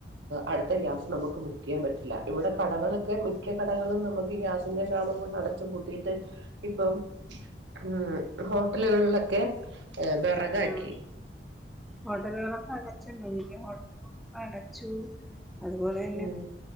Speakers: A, on the right; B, in the centre.
A: അടുത്ത ഗ്യാസ് നമുക്ക് ബുക്ക് ചെയ്യാൻ പറ്റില്ല ഇവിടെ കടകളൊക്കെ മിക്ക കടകളും നമുക്ക് ഗ്യാസ് സിന്റെ ക്ഷാമം കൊണ്ട് അടച് പൂട്ടിയിട്ട് ഇപ്പം ഏഹ് ഹോട്ടലുകളിലൊക്കെ വേറാകാക്കി
B: ആഹ് ഹോട്ടലുകളൊക്കെ അടച്ചല്ലോ വല്യ ഹോട്ടലുകളൊക്കെ ഇപ്പ അടച്ചു അതുപോലെ തന്നെ
A: ഉം